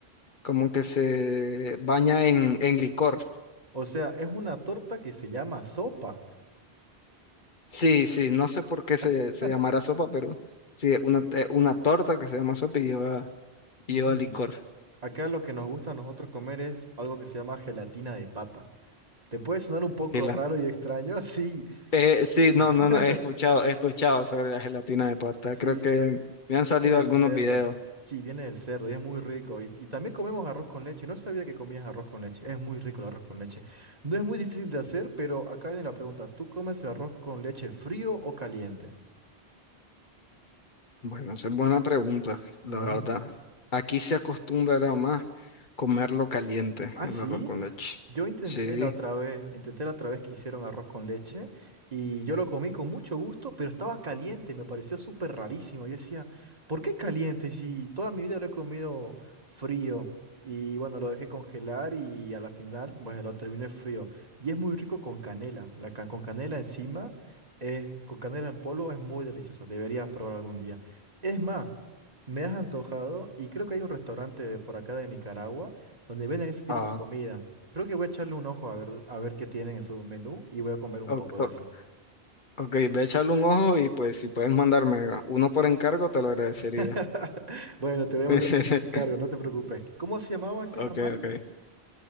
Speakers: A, on the left; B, on the right.
A: como que se baña en, en licor.
B: O sea, es una torta que se llama sopa.
A: Sí, sí, no sé por qué se,
B: <laughs>
A: se llamará sopa, pero sí, una, eh, una torta que se llama sopa y lleva, y
B: Mm,
A: lleva licor.
B: Acá lo que nos gusta a nosotros comer es algo que se llama gelatina de pata. ¿Te puede sonar un poco
A: Gela-
B: raro y extraño? <laughs> Sí.
A: Eh, sí, no,
B: <laughs>
A: no, no, he escuchado, he escuchado sobre la gelatina de pasta.
B: Sí,
A: Creo que me han
B: Viene
A: salido
B: del
A: algunos
B: cerdo.
A: videos.
B: Sí, viene del cerdo y es muy rico. Y, y también comemos arroz con leche. No sabía que comías arroz con leche. Es muy rico el arroz con leche. No es muy difícil de hacer, pero acá viene la pregunta. ¿Tú comes el arroz con leche frío o caliente?
A: Bueno, esa es buena pregunta, la
B: Mm,
A: verdad. Aquí se acostumbra más comerlo caliente,
B: Ah,
A: el
B: sí.
A: arroz con leche.
B: Yo intenté
A: Sí.
B: la otra vez, intenté la otra vez que hicieron arroz con leche y yo lo comí con mucho gusto, pero estaba caliente, me pareció súper rarísimo. Yo decía, ¿por qué caliente si toda mi vida lo he comido frío? Y bueno, lo dejé congelar y a la final, bueno, lo terminé frío. Y es muy rico con canela. La ca- con canela encima, eh, con canela en polvo es muy delicioso. Deberías probar algún día. Es más, me has antojado y creo que hay un restaurante por acá de Nicaragua donde venden ese tipo
A: Ah,
B: de comida. Creo que voy a echarle un ojo a ver, a ver qué tienen en su menú y voy a comer un
A: ok,
B: poco
A: ok.
B: de eso.
A: Ok, ve a echarle un ojo y pues si puedes mandarme uno por encargo, te lo agradecería.
B: <laughs> Bueno, te voy a
A: <laughs>
B: mandar un encargo, no te preocupes. ¿Cómo se llamaba ese
A: Ok,
B: tamal?
A: ok.